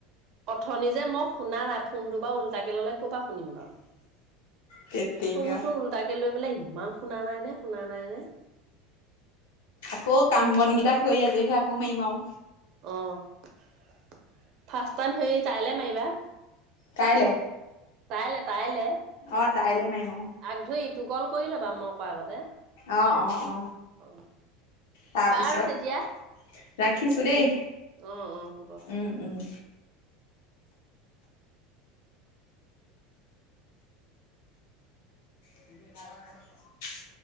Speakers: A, on the right; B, on the left.
A: অথনি যে মই শুনা নাই ফোনটো বা ওল্টাকে ল'লে ক'পা শুনিম বাৰু,
B: ধেত তেৰিকা।
A: ফোনোতো ওল্টাকে লৈ পেলাই ইমান শুনা নাই নে? শুনা নাই নে
B: আকৌ কাম বনকেইটা কৰি আজৰি হৈ আকৌ মাৰিম আও
A: অ ফাৰ্ষ্ট টাইম সেই তাইলে মাৰিবা
B: কাইলে
A: তাইলে তাইলে
B: অ', কাইলে মাৰিম আৰু
A: আগ ধৰি ইটো কল কৰি ল'বা মই কৰা আগতে
B: অ অ অ
A: অ
B: তাৰপিছত
A: বাৰু তেতিয়া
B: ৰাখিছো দেই
A: অ অ হ'ব
B: উম উম <unintelligible>